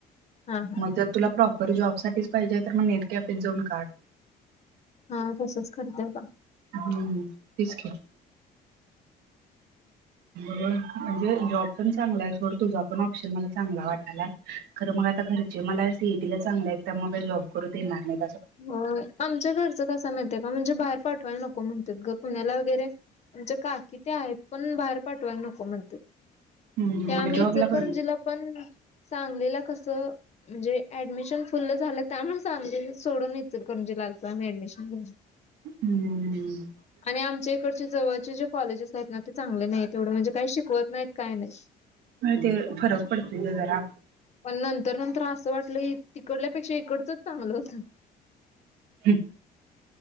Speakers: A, on the left; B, on the right.
A: हा हा
B: मग तुला प्र जॉब साठीच पाहिजे तर मग नेट कॅफे जाऊन काढ
A: हा तसच करतय का
B: हम्म तेच की ब म्हणजे जॉब प चांला आहेोड तुझ पण पशन मला चांला वातं खर मग आता घरचे मला सीएटी ला चांगले आहेत त्या मग जॉब करू देणार नाही
A: हो आमच्या घरचं कस माहित म्हणजे बाहेर पाठवायला नको म्हणतात ग पुण्याला वगैरे आमच्या काकी ते आहेत पण बाहेर पाठवायला नको म्हणते
B: हम्म
A: त्या
B: मग
A: आम्ही
B: जॉबला
A: इचल कारं
B: पण
A: जिला पण चांगलेला कस म्हणजे ऍडमिशन फुल झालं त्याण सांग सोडूनच म्हणजे लागतय मी ऍडमिशन घेऊन
B: हम्म
A: आणि आमच्या इकडचे जवळचे जे कॉलेजेस आहेत ना चांगले नाही तेवढ म्हणजे काही शिकवत नाहीत काय नाही
B: ते फरक पडतोय ग जरा
A: पण न तर नंतर असं वाटलं की तिकडल्यापेक्षा इकडचंच चांगलं होतं
B: <inaudible>